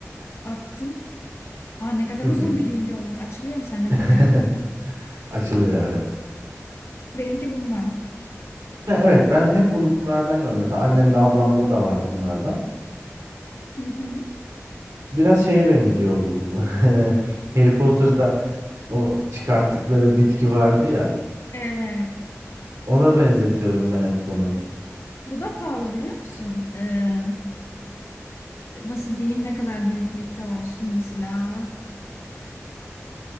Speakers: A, on the left; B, on the right.
A: attım. Aa, ne kadar
B: Hı
A: <laughs> uzun
B: hı.
A: bir link oldu. Açılıyor mu sende
B: <laughs>
A: bilmiyorum.
B: Açılıyor evet.
A: Benimki bundan.
B: Ya evet ben hep bunlardan görüyorum. Mesela annemde ablamda da var bunlardan.
A: Hı hı.
B: Biraz şeye benziyor bu. <laughs> Harry Potter'da o çıkarttıkları bitki vardı ya.
A: Evet.
B: Ona benzetiyorum ben hep bunu.
A: Bu da pahalı biliyor musun? Ee, nasıl diyeyim ne kadar büyüklükte olsun mesela.